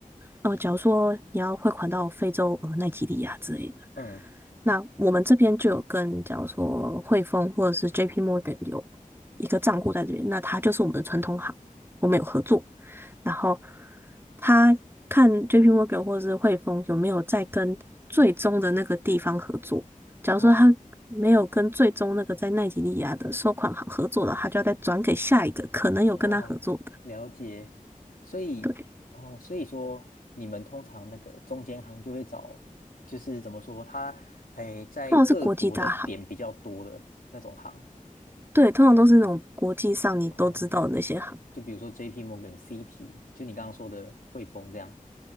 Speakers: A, on the right (about 15°); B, on the left (about 85°).
A: 呃，假如说你要汇款到非洲，呃，奈及利亚之类的。
B: 嗯，
A: 那我们这边就有跟，假如说汇丰或者是 JP Morgan 有一个账户在这边，那它就是我们的传统行，我们有合作。然后他看 JP Morgan 或者是汇丰有没有在跟最终的那个地方合作。假如说他没有跟最终那个在奈及利亚的收款行合作的，
B: 哦
A: 他就要再转给下一个可能有跟他合作的。
B: 哦，了解。所以，
A: 对，
B: 哦，所以说你们通常那个中间行就会找，就是怎么说，它，哎，在各国的点比较多的那种行。
A: 通常是国际大行，对，通常都是那种国际上你都知道的那些行。
B: 哦，就比如说 JP Morgan、CT，就你刚刚说的汇丰这样。